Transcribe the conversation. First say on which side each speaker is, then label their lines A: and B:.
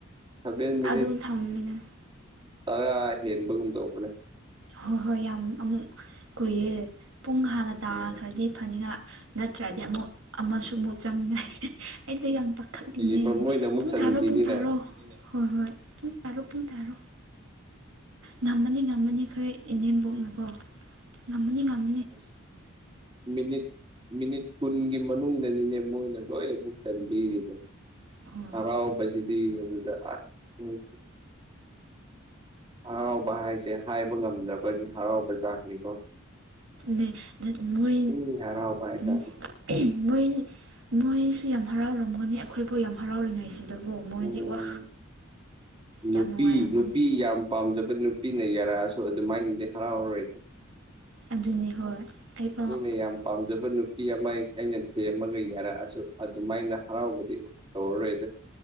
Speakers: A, on the right (about 25°); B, on the right (about 70°).
A: ꯁꯚꯦꯟ ꯃꯤꯅꯤꯠ
B: ꯑꯗꯨꯝ ꯊꯝꯃꯤꯅꯦ
A: ꯇꯔꯥ ꯍꯦꯟꯕꯒꯨꯝ ꯇꯧꯕꯅꯦ
B: ꯍꯣꯏ ꯍꯣꯏ ꯌꯥꯝ ꯑꯃꯨꯛ ꯀꯨꯏꯌꯦ ꯄꯨꯡ ꯍꯥꯟꯅ ꯇꯥꯈ꯭ꯔꯗꯤ
A: ꯎꯝ
B: ꯐꯅꯤꯅ ꯅꯠꯇ꯭ꯔꯗꯤ ꯑꯃꯨꯛ ꯑꯃꯁꯨ ꯑꯃꯨꯛ ꯆꯪꯉꯩ ꯑꯩꯗꯤ ꯌꯥꯝ ꯄꯥꯈꯠꯂꯤꯅꯦ
A: ꯀꯤꯕ ꯃꯣꯏꯅ ꯑꯃꯨꯛ
B: ꯄꯨꯡ
A: ꯆꯟꯈꯤꯅꯤꯅ
B: ꯇꯥꯔꯣ ꯄꯨꯡ ꯇꯥꯔꯣ ꯍꯣꯏ ꯍꯣꯏ ꯄꯨꯡ ꯇꯥꯔꯣ ꯄꯨꯡ ꯇꯥꯔꯣ ꯉꯝꯃꯅꯤ ꯉꯝꯃꯅꯤ ꯍꯣꯏ ꯏꯅꯦꯝꯕꯣꯛꯅ ꯀꯣ ꯉꯝꯃꯅꯤ ꯉꯝ
A: ꯑꯁ ꯃꯤꯅꯤꯠ ꯃꯤꯅꯤꯠ ꯀꯨꯟꯒꯤ ꯃꯅꯨꯡꯗꯅꯤꯅꯦ ꯃꯣꯏꯅ ꯂꯣꯏ ꯑꯃꯨꯛ ꯆꯟꯕꯤꯔꯤꯗꯣ
B: ꯍꯣꯏ
A: ꯍꯔꯥꯎꯕꯖꯤꯗꯤ ꯑꯗꯨꯗ ꯑꯁ ꯎꯝ ꯍꯔꯥꯎꯕ ꯍꯥꯏꯁꯦ ꯍꯥꯏꯕ ꯉꯝꯗꯕꯒꯤ ꯍꯔꯥꯎꯕ ꯖꯥꯠꯅꯤꯀꯣ
B: ꯅꯦ ꯅꯣꯏ ꯃꯣꯏ
A: ꯏ ꯍꯔꯥꯎꯕ ꯍꯥꯏꯇꯥꯔꯦ
B: ꯎꯝ ꯎꯝ ꯃꯣꯏ ꯃꯣꯏꯁꯨ ꯌꯥꯝ ꯍꯔꯥꯎꯔꯝꯒꯅꯤ ꯑꯩꯈꯣꯏꯐꯥꯎ ꯌꯥꯝ ꯍꯔꯥꯎꯔꯤꯉꯩꯁꯤ ꯇꯒꯣ ꯃꯣꯏꯗꯤ
A: ꯎꯝ
B: ꯋꯥ
A: ꯅꯨꯄꯤ
B: ꯌꯥꯝ ꯅꯨꯡꯉꯥꯏꯔꯝꯃꯅꯤ
A: ꯅꯨꯄꯤ ꯌꯥꯝ ꯄꯥꯝꯖꯕ ꯅꯨꯄꯤꯅ ꯌꯥꯔꯛꯑꯁꯨ ꯑꯗꯨꯃꯥꯏꯅꯗꯤ ꯍꯔꯥꯎꯔꯣꯏꯗ
B: ꯑꯗꯨꯅꯤ ꯍꯣꯏ ꯑꯩꯐꯥꯎ
A: ꯑꯩꯅ ꯌꯥꯝ ꯄꯥꯝꯖꯕ ꯅꯨꯄꯤ ꯑꯃ ꯑꯩꯅ ꯊꯦꯝꯃꯒ ꯌꯥꯔꯛꯑꯁꯨ ꯑꯗꯨꯃꯥꯏꯅ ꯍꯔꯥꯎꯕꯗꯤ ꯇꯧꯔꯣꯏꯗ